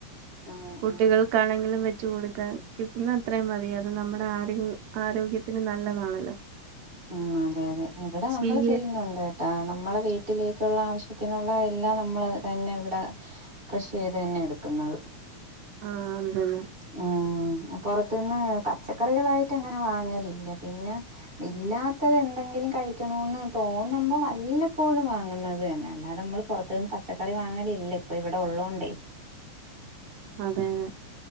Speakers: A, on the right (about 35°); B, on the right (about 75°).
A: ആഹ്
B: കുട്ടികൾക്കാണെങ്കിലും
A: ആഹ്
B: വെ ച്ചു കൊടുക്കാൻ കിട്ടുന്ന അത്രയും മതി അത് നമ്മുടെ ആറിവ് ആരോഗ്യത്തിന് നല്ലതാണല്ലോ.
A: ഉം അതെ അതെ ഇവിടെ
B: ചീര
A: നമ്മൾ ചെയ്യുന്നുണ്ട് കേ ട്ടോ. നമ്മളെ വീട്ടിലേക്കുള്ള ആവശ്യത്തിനുള്ള എല്ലാം നമ്മള് തന്നെ ഇവടെ കൃഷി ചെയ്ത് തന്നെ എടുക്കുന്നത്.
B: ആഹ് അത് തന്നെ.
A: ആഹ് അ പൊറത്തിന്ന് പച്ചക്കറികളായിട്ട് അങ്ങനെ വാങ്ങലില്ല പിന്നെ ഇല്ലാത്തത് എന്തെങ്കിലും കഴിക്കണോന്ന് തോന്നുമ്പം വല്ലപ്പോഴും വാങ്ങുന്നത് തന്നെ അല്ലാതെ നമ്മൾ പുറ ത്ത്ന്ന് പച്ചക്കറി വാങ്ങലില്ല ഇപ്പൊ ഇവിടെ ഉള്ളോണ്ടേ.
B: അതെ അതെ.